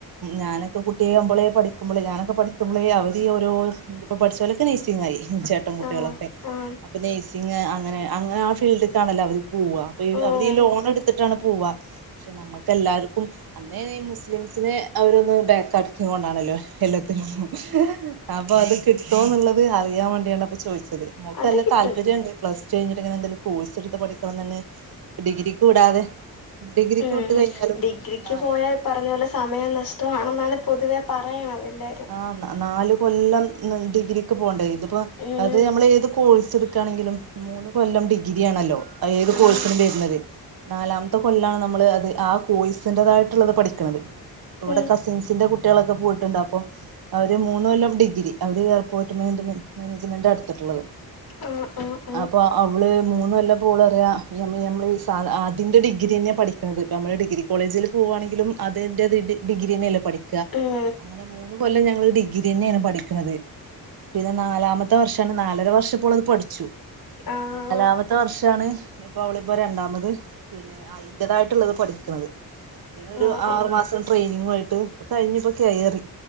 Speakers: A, on the right (about 70°); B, on the left (about 65°).
A: ഞാനൊക്കെ കുട്ടിയാമ്പളേ പഠിക്കുമ്പളേ ഞാനൊക്കെ പഠിക്കുമ്പളേ അവര് ഓരോ. ഇപ്പൊ പഠിച്ചോലൊക്കെ നേഴ്സിങ്ങായി ചേട്ടൻ കുട്ട്യോളൊക്കെ.
B: ആഹ് ആഹ് ആഹ്
A: സിംഗ് അങ്ങനെ അങ്ങനെ ആ ഫീൽഡ്ക്കാണല്ലോ അവര് പോവ്വ പിയ്
B: ഓഹ്
A: അവര് ലോണ് ട് തിട്ടാണ് പോവാ ക്ഷെ നമ്മക്കെല്ലാർക്കും അന്നേ ഈ മുസ്ലിംസിന് അവരൊന്ന് ബാക്ക് തുകൊണ്ടാണല്ലോ എല്ലാത്തിനും ഉം. അപ്പൊ അത് കിട്ടോന്നുള്ളത് അറിയാൻ വേണ്ടിയാണ് അത് ചോയിച്ചത്.
B: അത്
A: തല്ല
B: കിട്ടും
A: താല്പര്യണ്ട് പ്ലസ് ടു കഴിഞ്ഞിട്ടങ്ങനെന്തെലും കോഴ്സ്ട്ത്ത് പഠിക്കണം ന്നന്നെ ഡിഗ്രിക്ക് വിടാതെ. ഡിഗ്രിക്ക്
B: ഏ
A: വിട്ട് കഴിഞ്ഞാലും
B: ഡിഗ്രിക്ക്
A: നാല്
B: പോയാ. പറഞ്ഞപോലെ സമയം നഷ്ടമാണെന്നാണ് പൊതുവേ പറയണത് എല്ലാരും.
A: ആ നാ നാല് കൊല്ലം ഡിഗ്രിക്ക് പോണ്ടേ ഇതിപ്പോ
B: ഉം
A: അത് നമ്മൾ ഏത് കോഴ്സ് എടു ക്കാണെങ്കിലും മൂന്ന് കൊല്ലം ഡിഗ്രിയാണല്ലോ അഹ് ഏത്
B: ആഹ്
A: കോഴ്സിനും വര്ണത്. നാലാമത്തെ കൊല്ലാണ് നമ്മള് അത് ആ കോയിസിന്റതായിട്ടുള്ളത് പഠിക്കണത്. ഇവടെ
B: ഉം
A: കസിൻസിന്റെ കുട്ടിളൊക്കെ പോയിട്ടുണ്ട് അപ്പൊ. അവര് മൂന്നൊല്ലം ഡിഗ്രി അവര് ഏർപോട്ട് മേ മാനേജ്മെന്റാ ഇ ട് ത്തിട്ട്ള്ളത്.
B: ആഹ് ആഹ് ആഹ്.
A: അപ്പോ അവൾ മൂന്നല്ലപ്പൊ ഓളറിയ മ്മ മ്മള് ആ അതിൻ്റെ ഡിഗ്രിന്നെ പഠിക്ക. അമ്മള് ഡിഗ്രി കോളേജില് പോവാണെങ്കിലും അതിന്റെ ഡിഗ്രി ന്നെല്ലേ പഠിക്ക
B: ആഹ് ആഹ് ഉം
A: അങ്ങനെ. ഇക്കൊല്ലം ഞങ്ങള് ഡിഗ്രിന്നെണ് പഠിക്ക് ണത്. പിന്നെ നാലാമത്തെ വർഷാണ് നാലര വർഷപ്പോളത് പഠിച്ചു.
B: ആഹ്
A: നാലാമത്തെ വർഷാണ്. ഇപ്പൊ അവളപ്പോ രണ്ടാമത് പിന്നെ അയിന്റേതായിട്ട്ള്ളത് പഠിക്കണത്. പിന്നെരു
B: ഓഹ്
A: ആറു
B: ഓഹ്
A: മാസം ട്രെയിനിങ്വായിട്ട് ഇപ്പ കഴിഞ്ഞപ്പോ കയറി.